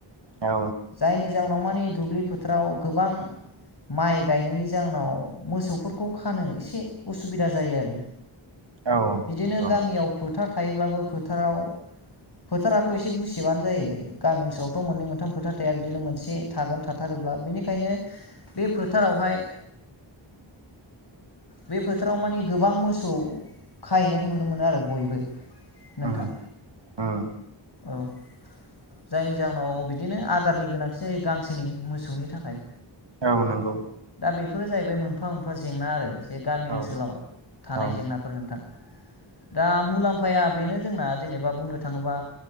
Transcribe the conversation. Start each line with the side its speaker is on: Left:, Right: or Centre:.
Right: औ।
Left: जायनि जाउनाव मानि दुब्लि फोथाराव गोबां माइ गायनायनि जाहोनाव मोसौफोरखौ खानो एसे उसुबिदा जायो आरो
Right: औ
Left: बिदिनो
Right: नंगौ
Left: गामियाव फोथार थायोब्लाबो फोथाराव फोथाराथ' एसे गुसेबानो जायो। गामि ओनसोलावथ' मोननै मोनथाम फोथार थाया बिदिनो मोनसे थागोन थाथारो ब्ला बेनिखायनो बे फोथारावहाय बे फोथोराव मानि गोबां मोसौ खाहैनायखौ नुनो मो- नो आरो बयबो नोंथां
Right: उम उम
Left: औ जायनि जाहोनाव बिदिनो आदारनि गोनांथि जायो गांसोनि मोसौनि थाखाय
Right: औ नंगौ
Left: दा बेफोरो जाहैबाय मोनफा मोनफा जेंना आरो, जे गामि ओनसोलाव
Right: औ
Left: थानाय
Right: औ
Left: जेंनाफोर नोंथां, दा मुलाम्फाया बेनो जोंना जेनेबा बुंनो थाङोबा